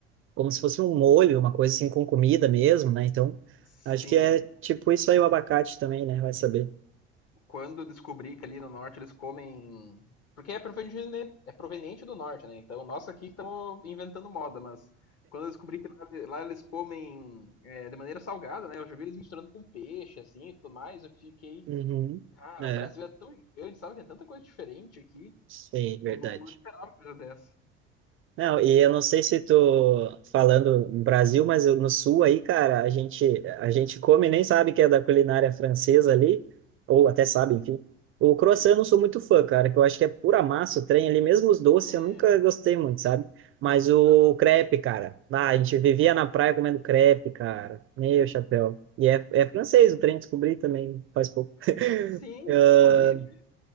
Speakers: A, on the right; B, on the left.
A: como se fosse um molho, uma coisa assim com comida mesmo, né? Então,
B: Sim.
A: acho que é tipo isso aí o abacate também, né? Vai saber.
B: quando descobri que ali no norte eles comem. Porque é proveniente, é proveniente do norte, né? Então, nós aqui estamos inventando moda, mas quando eu descobri que lá, lá eles comem é, de maneira salgada, né? Eu já vi eles misturando com peixe, assim, e tudo mais. Eu fiquei,
A: Uhum.
B: cara,
A: É,
B: o Brasil é tão grande sabe? Tem tanta coisa diferente aqui.
A: sei, verdade.
B: Não, não, não esperava coisa dessa.
A: Não, e eu não sei se tô falando no Brasil, mas eu- no sul aí, cara, a gente a gente come e nem sabe que é da culinária francesa ali, ou até sabe, enfim. O croissant eu não sou muito fã, cara, que eu acho que é pura massa o trem ali, mesmo os doces
B: É,
A: eu nunca gostei muito, sabe? Mas o
B: aham.
A: crepe, cara, ah, a gente vivia na praia comendo crepe, cara, meu chapéu. E é, é francês o trem, descobri também faz pouco. <laughs>
B: Sim,
A: Ah,
B: inclusive,